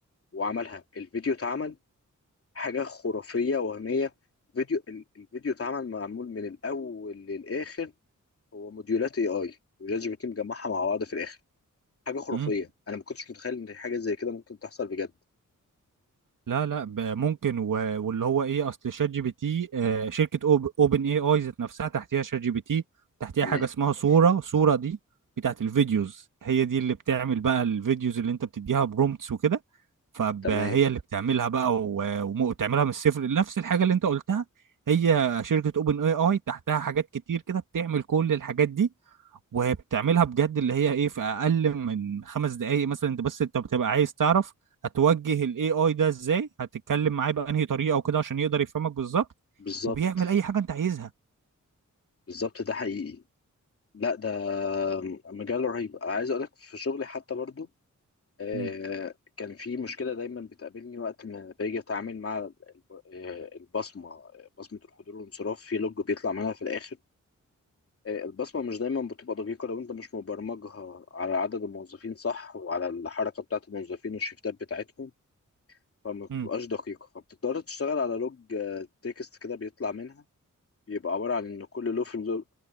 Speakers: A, on the left; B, on the right.
A: وعملها الفيديو اتعمل حاجه خرافيه وهميه فيديو ال- الفيديو اتعمل معمول من الاول للاخر هو موديولات اي اي وجات جي بي تي مجمعها مع بعض في الاخر حاجه خرافيه
B: امم
A: انا ما كنتش متخيل ان حاجه زي كده ممكن تحصل بجد
B: لا لا ب- ممكن و... واللي هو ايه اصل شات جي بي تي آه، شركه أوب... اوبن اي اي ذات نفسها تحتيها شات جي بي تي تحتيها
A: تمام
B: حاجه اسمها صوره صوره دي بتاعت الفيديوز هي دي اللي بتعمل بقى الفيديوز اللي انت بتديها برومتس وكده فهي
A: تمام
B: اللي بتعملها بقى و... وم- وتعملها من الصفر نفس الحاجه اللي انت قلتها هي شركه اوبن اي اي تحتها حاجات كتير كده بتعمل كل الحاجات دي وهي بتعملها بجد اللي هي ايه في اقل من خمس دقايق مثلا انت بس انت بتبقى عايز تعرف هتوجه الاي اي ده ازاي هتتكلم معاه بانهي طريقه وكده عشان يقدر يفهمك بالظبط
A: بالظبط
B: وبيعمل اي حاجه انت عايزها
A: بالظبط ده حقيقي لا ده مجال رهيب عايز اقول لك في شغلي حتى برضو آه،
B: مم.
A: كان في مشكله دايما بتقابلني وقت ما باجي اتعامل مع الب- آه، البصمه بصمه الحضور والانصراف في لوج بيطلع منها في الاخر آه، البصمه مش دايما بتبقى دقيقه لو انت مش مبرمجها على عدد الموظفين صح وعلى الحركه بتاعه الموظفين والشيفتات بتاعتهم فما بتبقاش
B: امم
A: دقيقه فبتضطر تشتغل على لوج آه، تكست كده بيطلع منها بيبقى عبارة عن إن كل لو في اللو...